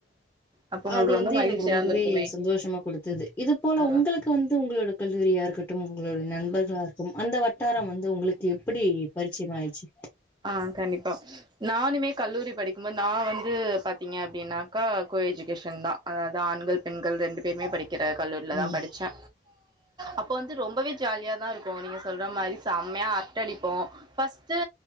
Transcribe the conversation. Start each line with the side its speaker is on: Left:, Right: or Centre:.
Right: அப்ப உங்களுக்கு
Left: அது வந்
Right: ரொம்ப
Left: தது
Right: மகிழ்ச்சியா
Left: எனக்கு ரொம்பவே
Right: இருந்திருக்குமே
Left: சந்தோஷம குடுத்தது இது போல
Right: ஆ
Left: உங்களுக்கு வந்து உங்களோட கல்லூரியா இரு டும் உங்களுடைய நண்பர்களாகும் அந்த வட்டார வந் து உங்களுக்கு எப்படி பரிச்சயமாச்சு
Right: ஆ கண்டிபா நானுமே கல்லூரி படிக் நா வந்து பாத்தீங்க அப்டினாக்கா கோ எஜுகேஷன் அதாவ்து ஆண்கள் பெண்கள் ரெண்டு பேருமே படிக் கற கல்லூரிலதா
Left: ம்.
Right: படிச்சே அப்போ வந்து ரொம்பவே ஜாலியாதா இருகு நீங்க சொல்ற மாரி செம்மயா அரட்ட அடிபோ ஃபஸ்ட்டு